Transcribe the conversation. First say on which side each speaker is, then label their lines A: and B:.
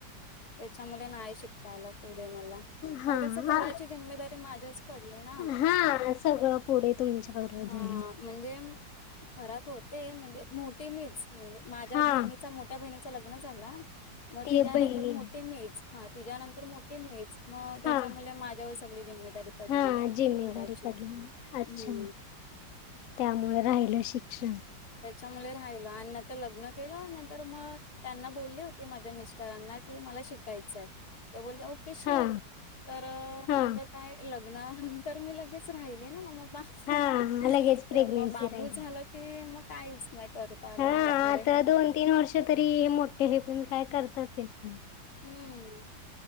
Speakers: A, on the left; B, on the left.
A: त्याच्यामुळे नाही शिकता आला पुढे मला
B: हा
A: मगं घराची जिम्मेदारी माझ्याच. पडली ना
B: हा सगळं पुढे तुमच्याक जा्यायला.
A: हा म्हणजे घरात होते म्हणजे मोठी मीच म्हणजे माझ्या
B: हा
A: बहिणीचा मोठ ्या बहिणीच लग्न झालंला मग
B: ती
A: तिच्यानंतर
B: बहिणी
A: मोठी मीच हा तिच्यानंतर मोठी मीच मग त्याच्यामुळे
B: हा
A: माझ्या. सगळी जिम्मेदारी. पडली
B: हा जिम्मेदारी
A: घराची
B: पडली अच्छा.
A: हम्म
B: त्यामुळे राहिलं शिक्षण
A: त्याच्यामुळे राहिल आणि तर लग्न केलं नंतर मग त्यांना बोलली होती माझ्या मिस्टरांना कि मला शिक कायचय ते बोलले. कशी
B: हा
A: तर
B: हा
A: नंतर काय लग्नानंतर मी लगेच राहिली ना मग. मग
B: हा लगेच प्रेग्नेन्सी
A: बाबू
B: राहिली
A: झालं की मग काहीच नाही. कर कालं
B: हा
A: मला पुढे.
B: आता दोन तीन वर्ष. क तरी हे मोठे हे पण काय करताात येत नाही.
A: हम्म